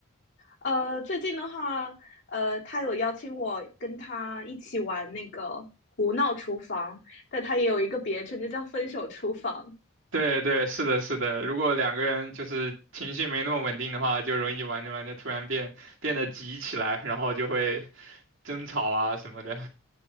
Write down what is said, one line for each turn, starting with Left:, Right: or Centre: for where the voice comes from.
Left: 呃，最近的话，呃，他有邀请我跟他一起玩那个胡闹厨房，但他也有一个别称，就叫分手厨房。
Right: 对对，是的，是的。如果两个人就是情绪没那么稳定的话，就容易玩着玩着突然变变得急起来，然后就会争吵啊什么的。